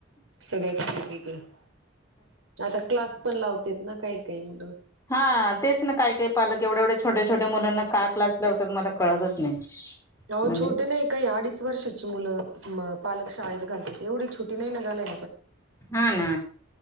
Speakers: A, on the right; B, on the left.
A: सगळच वेगवेगळं आता क्लास पण लावतेतन ना काही काही मुलं-
B: हा तेच ना काय काही पालक एवढ्या एवढ्या छोट्या छोट्या मुलांना का क्लास लावतात मला कळतच नाही.
A: अहो
B: म्हणजे
A: छोटे नाही काही अडीच वर्षाची मुलं पालक शाळेत- घा तेवीढ छोटी नाही मनायला आले
B: नाय ना.